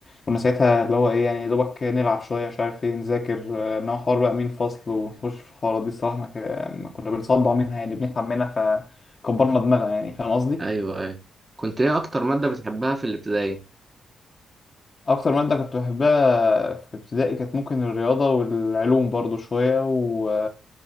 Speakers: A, on the left; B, on the right.
A: كنا ساعتها اللي هو إيه يعني يا دوبك نلعب شوية مش عارف إيه نذاكر آه، إنما حوار بقى مين فصل ونخش في الحوارات دي الصراحة ما, ك- ما كنا بنصدع منها يعني بنتعب منها فكبرنا دماغنا يعني فاهم قصدي؟
B: أيوه أيوه كنت إيه أكتر مادة بتحبها في الابتدائي؟
A: اكتر ماده كنت بحبها في ابتدائي كانت ممكن الرياضه والعلوم برضو شويه و